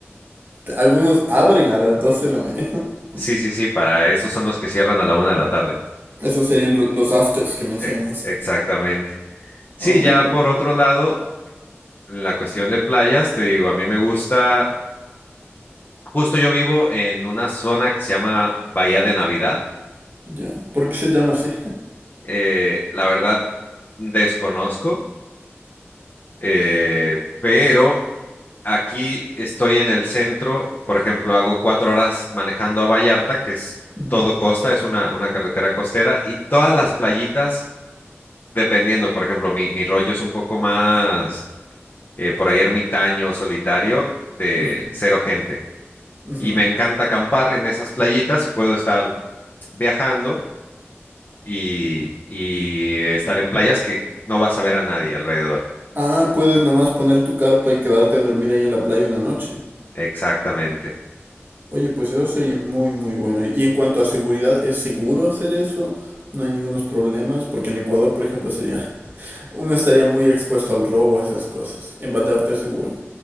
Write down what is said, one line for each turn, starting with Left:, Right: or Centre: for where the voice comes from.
Right: Algunos abren a las 2 de la mañana. <laughs>
Left: Sí, sí, sí, para esos son los que cierran a la una de la tarde.
Right: Esos serían lo- los afters que mencionas.
Left: E- Exactamente. Sí,
Right: Oh,
Left: ya por otro lado, en la cuestión de playas, te digo, a mí me gusta, justo yo vivo en una zona que se llama Bahía de Navidad.
Right: ya. ¿Por qué se llama así?
Left: Eh, la verdad, desconozco, eh, pero aquí estoy en el centro, por ejemplo, hago cuatro horas manejando a Vallarta, que es
Right: <laughs> Ujú,
Left: todo costa, es una, una carretera costera, y todas
Right: Ya.
Left: las playitas, dependiendo, por ejemplo, mi, mi rollo es un poco más, eh, por ahí ermitaño, solitario, de
Right: Ujú,
Left: cero gente.
Right: ujú.
Left: y me encanta acampar en esas playitas y puedo estar viajando y, y estar en playas que no vas a ver a nadie alrededor.
Right: Ah, puedes nomás poner tu carpa y quedarte a dormir ahí en la playa una noche.
Left: Exactamente.
Right: Oye, pues eso sería muy, muy bueno. Y en cuanto a seguridad, ¿es seguro hacer eso? No hay ningunos problemas, porque en Ecuador, por ejemplo, sería, <laughs> uno estaría muy expuesto al robo, a esas cosas. ¿En Vallarta es seguro?